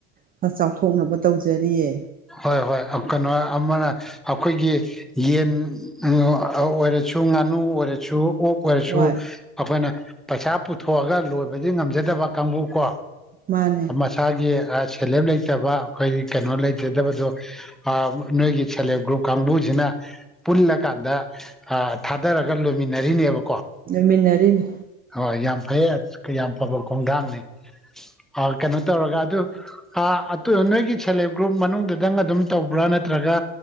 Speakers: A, on the right; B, in the centre.
A: ꯈꯔ ꯆꯥꯎꯊꯣꯛꯅꯕ ꯇꯧꯖꯔꯤꯌꯦ
B: ꯍꯣꯏ ꯍꯣꯏ ꯑꯝ ꯀꯩꯅꯣ ꯑꯃꯅ ꯑꯈꯣꯏꯒꯤ ꯌꯦꯟ <unintelligible> ꯑꯣꯏꯔꯁꯨ ꯉꯥꯅꯨ ꯑꯣꯏꯔꯁꯨ ꯑꯣꯛ ꯑꯣꯏꯔꯁꯨ
A: ꯍꯣꯏ
B: ꯑꯈꯣꯏꯅ ꯄꯩꯁꯥ ꯄꯨꯊꯣꯛꯑꯒ ꯂꯣꯏꯕꯗꯤ ꯉꯝꯖꯗꯕ ꯀꯥꯡꯕꯨ ꯀꯣ
A: ꯃꯥꯅꯦ
B: ꯏꯁꯥꯒꯤ ꯑ ꯁꯦꯜꯍꯦꯞ ꯂꯩꯇꯕ ꯑꯈꯣꯏꯒꯤ ꯀꯩꯅꯣ ꯂꯩ ꯖꯗꯕꯗꯣ ꯑ ꯅꯣꯏꯒꯤ ꯁꯦꯜꯐ ꯍꯦꯜꯞ ꯒ꯭ꯔꯨꯞ ꯀꯥꯡꯕꯨꯖꯤꯅ ꯄꯨꯜꯂꯀꯥꯟꯗ ꯑ ꯊꯥꯗꯔꯒ ꯂꯣꯏꯃꯤꯟꯅꯔꯤꯅꯦꯕ
A: ꯅꯩꯃꯤꯟꯅꯔꯤꯅꯤ
B: ꯍꯣꯏ ꯌꯥꯝ ꯐꯩ ꯑꯠ ꯌꯥꯝ ꯐꯥꯕ ꯈꯣꯡꯗꯥꯡꯅꯤ ꯑ ꯀꯩꯅꯣ ꯇꯧꯔꯒ ꯑꯗꯨ ꯑ ꯑꯇꯨ ꯅꯣꯏꯒꯤ ꯁꯦꯂꯦꯞ ꯒ꯭ꯔꯨꯞ ꯃꯅꯨꯡꯗꯨꯗꯪ ꯑꯗꯨꯝ ꯇꯧꯕ꯭ꯔꯥ ꯅꯠꯇ꯭ꯔꯒ